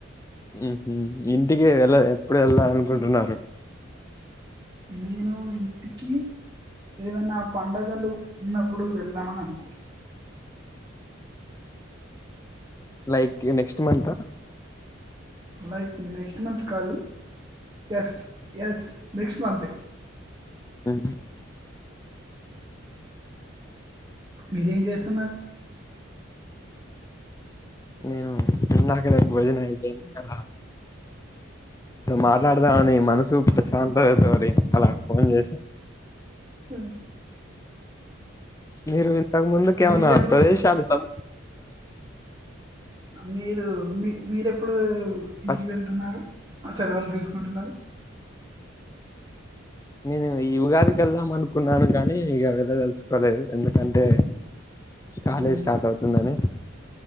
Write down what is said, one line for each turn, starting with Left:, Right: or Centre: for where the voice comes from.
Left: ఉహు ఇంటికి వెళ్ళ ఎప్పుడు వెళ్ళాల అనుకుంటున్నారు.
Right: నేను ఇంటికి ఏదన్నా పండుగలు ఉన్నప్పుడు వెళ్దామని అనుకుంటున్నాను.
Left: లైక్ నెక్స్ట్ మంత్ ఆ
Right: లైక్ నెక్స్ట్ మంత్ కాదు ఎస్ ఎస్ నెక్స్ట్ మంత్
Left: హ్మ్
Right: మీరేం చేస్తున్నారు
Left: నేను ఇందాకడే భోజనం అయిపోయింది అలా మాట్లాడదామని మనసు ప్రశాంతగ అవుతాదని అలా ఫోన్ చేసా
Right: హ
Left: మీరు ఇంతకు ముందు కేవనా
Right: మీరెప్పుడు
Left: వతుంది శాల స
Right: మీరు మీ మీరెప్పుడు ఇంటికి
Left: ఫస్ట్
Right: వెళ్తున్నారు సెలవులు తీసుకుంటున్నారు
Left: నేను ఈ ఉగాదికి వెళ్దాం అనుకున్నాను కాగానీ ఇక వెళ్ళదలుసుుకోలేదు ఎందుకంటే కాలేజ్
Right: మ్మ్.
Left: స్టార్ట్ అవుతుందని